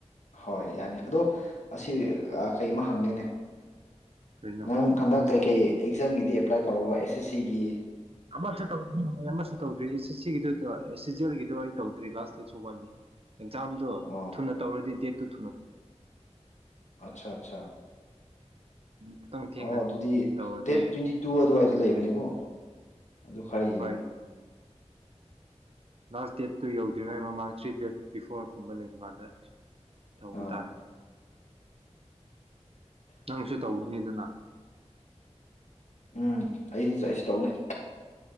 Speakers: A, on the left (about 75°); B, on the right (about 55°).
A: ꯍꯣꯏ ꯌꯥꯅꯤ ꯑꯗꯣ ꯑꯁꯤ ꯀꯩꯃ ꯍꯪꯒꯦꯅꯦ
B: ꯀꯔꯤꯅꯣ
A: ꯅ ꯍꯟꯗ ꯀꯩ ꯀꯩ ꯑꯦꯛꯖꯥꯝꯒꯤꯗꯤ ꯑꯦꯄ꯭ꯂꯥꯏ ꯇꯧꯔꯨꯔꯕ ꯑꯦꯁ ꯑꯦꯁ ꯁꯤꯒꯤ
B: ꯑꯃꯁꯨ ꯇꯧꯗ꯭ꯔꯤ ꯑꯃꯁꯨ ꯇꯧꯗ꯭ꯔꯤ ꯑꯦ ꯁꯤꯒꯤꯗ ꯁꯤꯖꯦꯜꯒꯤꯗꯣ ꯑꯩ ꯇꯧꯗ꯭ꯔꯤ ꯂꯥꯁ ꯗꯦꯠ ꯁꯨ ꯃꯥꯜꯂꯤ ꯑꯦꯛꯖꯥꯝꯗ
A: ꯑꯣ
B: ꯊꯨꯅ ꯇꯧꯔꯗꯤ ꯗꯦꯠ ꯇꯨ ꯊꯨꯅ
A: ꯑꯆꯥ ꯑꯆꯥ
B: ꯈꯤꯇꯪ ꯊꯦꯡꯅ
A: ꯑꯣ ꯑꯗꯨꯗꯤ
B: ꯇꯧꯔꯗꯤ
A: ꯗꯦꯠ ꯇ꯭ꯋꯦꯟꯇꯤ ꯇꯨ ꯑꯗꯨꯋꯥꯏꯗ ꯂꯩꯕꯅꯦꯀꯣ ꯑꯗꯨ ꯈꯔ ꯌꯦꯡꯉꯨ
B: ꯍꯣꯏ ꯂꯥꯁ ꯗꯦꯠꯇꯨ ꯌꯧꯗ꯭ꯔꯤꯉꯩ ꯃꯃꯥꯡ ꯊ꯭ꯔꯤ ꯗꯦꯠ ꯕꯤꯐꯣꯔꯒꯨꯝꯕ ꯂꯩꯕ ꯀꯥꯟꯗ ꯇꯧꯕ
A: ꯑꯥ
B: ꯇꯥꯔꯦ ꯅꯪꯁꯨ ꯇꯧꯒꯅꯤꯗꯅ
A: ꯎꯝ ꯑꯩꯗꯤ <unintelligible> ꯇꯧꯅꯤ